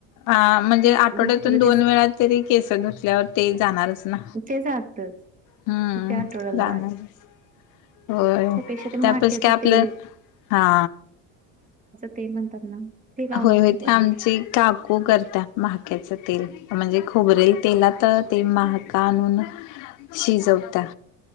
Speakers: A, on the left; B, on the right.
A: अ म्हणजे
B: ते
A: आठवड्यातून
B: दुसरं
A: दोन
B: ते
A: वेळा तरी केस धुसल्यावर ते जाणारच. ना,
B: तेच आतच
A: हम्म
B: ते आठवड्याला
A: जाणारच. हो
B: त्यापेक्षा ते
A: त्यापस
B: माक्याचं
A: का आपलं
B: तेल
A: हा.
B: ते नंतर ना. ते लावणं
A: होय होय,
B: खूप
A: ते
B: बरं
A: आमचे
B: आहे.
A: का कू करता महाक्याचं तेल, म्हणजे खोबरही तेलात ते महाका आणून शिजवता.